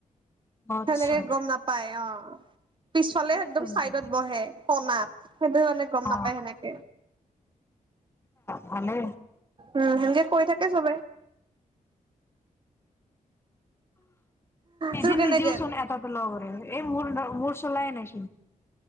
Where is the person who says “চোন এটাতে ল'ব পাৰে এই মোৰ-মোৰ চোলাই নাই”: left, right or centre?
Left